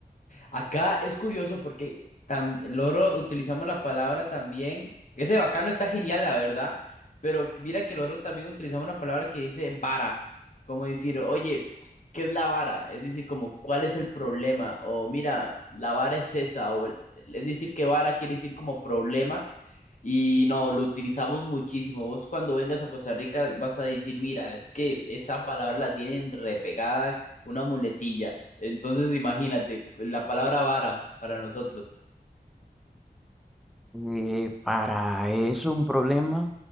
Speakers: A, on the left; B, in the centre.
A: Acá es curioso porque tam- loro utilizamos la palabra también. Ese bacano está genial, la verdad. Pero mira que loro también utilizamos una palabra que dice vara. Como decir, oye, ¿qué es la vara? Es decir, como, ¿cuál es el problema? O mira, la vara es esa. O, el- es decir, que vara quiere decir como problema. Y no, lo utilizamos muchísimo. Vos cuando vengas a Costa Rica vas a decir, mira, es que esa palabra la tienen repegada, una muletilla. Entonces imagínate, la palabra vara para nosotros.
B: Eh, para eso un problema.